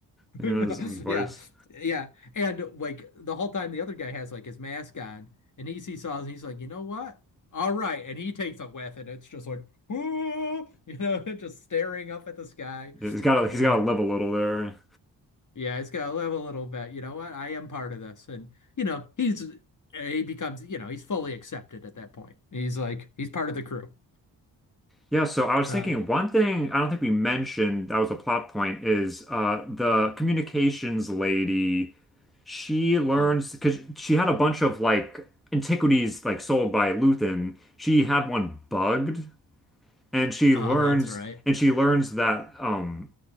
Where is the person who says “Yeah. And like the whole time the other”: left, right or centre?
Left